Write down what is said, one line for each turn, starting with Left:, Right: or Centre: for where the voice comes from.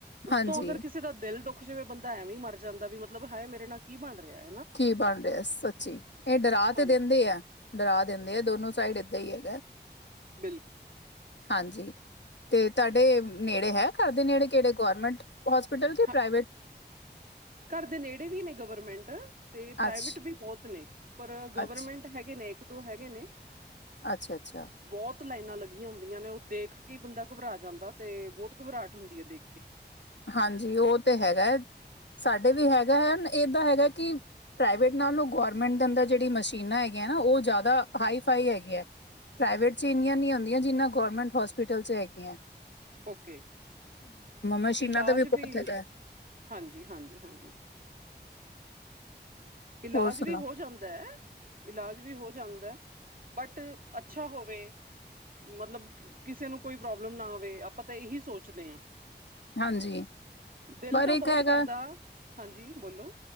Right: ਉਤੋਂ
Left: ਹਾਂਜੀ
Right: ਅਗਰ ਕਿਸੇ ਦਾ ਦਿਲ ਦੁੱਖ ਜਵੇ ਬੰਦਾ ਐਵੇਂ ਈ ਮਰ ਜਾਂਦਾ ਵੀ ਮਤਲਬ ਹਾਏ ਮੇਰੇ ਨਾਲ ਕੀ ਬਣ ਰਿਆ।
Left: ਕੀ ਬਣ ਰਿਆ ਸੱਚੀ ਇਹ ਡਰਾ
Right: ਹਾਂਜੀ
Left: ਤੇ ਦੇਂਦੇ ਆ। ਡਰਾ ਦੇਂਦੇ ਆ ਦੋਨੋ ਸਾਈਡ ਏਦਾਂ ਈ ਹੈਗਾ।
Right: ਬਿਲਕੁਲ
Left: ਹਾਂਜੀ ਤੇ ਤਾਡੇ ਨੇੜੇ ਹੈ ਘਰਦੇ ਨੇੜੇ ਕੇੜੇ ਗੌਰਮੈਂਟ- ਹੋਸਪਿਟਲ ਕੇ
Right: ਹਾਂ
Left: ਪ੍ਰਾਈਵੇਟ-
Right: ਘਰ ਦੇ ਨੇੜੇ ਵੀ ਨੇ ਗਵਰਮੈਂਟ ਤੇ ਪ੍ਰਾਈਵੇਟ
Left: ਅੱਛ
Right: ਵੀ ਬੋਤ ਨੇ ਪਰ ਗਵਰਮੈਂਟ
Left: ਅੱਛ
Right: ਹੈਗੇ ਨੇ। ਇੱਕ ਦੋ ਹੈਗੇ ਨੇ।
Left: ਅੱਛਾ- ਅੱਛਾ- ਅੱਛਾ
Right: ਬੋਤ ਲਾਈਨਾਂ ਲੱਗੀਆਂ ਹੁੰਦੀਆਂ ਨੇ। ਉਹ ਦੇਖ ਕੇ ਈ ਬੰਦਾ ਘਬਰਾ ਜਾਂਦਾ। ਤੇ ਬਹੁਤ ਘਬਰਾਹਟ ਹੁੰਦੀ ਏ ਦੇਖ ਕੇ।
Left: ਹਾਂਜੀ ਉਹ ਤੇ ਹੈਗਾ। ਸਾਡੇ ਵੀ ਹੈਗਾ ਏ, ਐਦਾਂ ਹੈਗਾ ਕੀ- ਪ੍ਰਾਈਵੇਟ ਨਾਲੋਂ ਗੋਰਮੈਂਟ ਦੇ ਅੰਦਰ ਜੇੜੀਆਂ ਮਸ਼ੀਨਾਂ ਹੈਗੀਆਂ ਨਾ, ਉਹ ਜਾਦਾ ਹਾਈ ਫਾਈ ਹੈਗੀਆਂ। ਪ੍ਰਾਈਵੇਟ 'ਚ ਇੰਨੀਆਂ ਨੀ ਹੁੰਦੀਆਂ, ਜਿੰਨ੍ਹਾਂ ਗੌਰਮੈਂਟ ਹੋਸਪਿਟਲ 'ਚ ਹੈਗੀਆਂ।
Right: ਓਕੇ-
Left: ਮਸ਼ੀਨਾਂ
Right: ਇਲਾਜ
Left: ਦਾ ਬਹੁਤ
Right: ਵੀ-
Left: ਹੈਗਾ
Right: ਹਾਂਜੀ- ਹਾਂਜੀ- ਹਾਂਜੀ। ਇਲਾਜ
Left: ਹੋਰ ਸੁਣਾ
Right: ਵੀ ਹੋ ਜਾਂਦਾ ਹੈ। ਇਲਾਜ ਵੀ ਹੋ ਜਾਂਦਾ। ਬਟ, ਅੱਛਾ ਹੋਵੇ। ਮਤਲਬ ਕਿਸੇ ਨੂੰ ਕੋਈ ਪ੍ਰੋਬਲਮ ਨਾ ਆਵੇ। ਆਪਾਂ ਤਾਂ ਇਹੀ ਸੋਚਦੇ ਆਂ।
Left: ਹਾਂਜੀ-ਹਾਂਜੀ
Right: ਦਿਲ
Left: ਪਰ
Right: ਤਾਂ ਬੋਤ
Left: ਇੱਕ ਹੈਗਾ
Right: ਕਰਦਾ, ਹਾਂਜੀ ਬੋਲੋ-